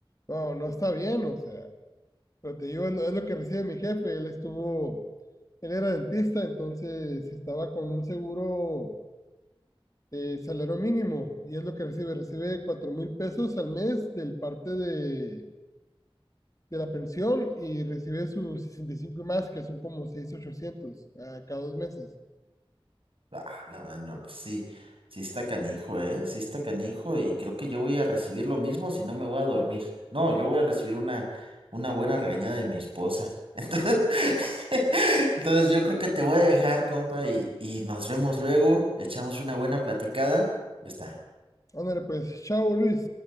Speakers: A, on the left; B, on the right.
A: No, no está bien, o sea, pero te digo, es lo, es lo que recibe mi jefe. Él estuvo, él era dentista, entonces estaba con un seguro de salario mínimo y es lo que recibe. Recibe cuatro mil pesos al mes del parte de de la pensión y recibe sus sesenta y cinco más, que son como 6.800 a cada dos meses.
B: Ah, la mano, pues sí, sí está canijo, ¿eh? Sí está canijo y creo que yo voy a recibir lo mismo si no me voy a dormir. No, yo voy a recibir una, una buena regañada de mi esposa. <laughs> Entonces, <laughs> entonces yo creo que te voy a dejar, compa, y, y nos vemos luego, echamos una buena platicada. Ya está.
A: Ándale, pues, chao Luis.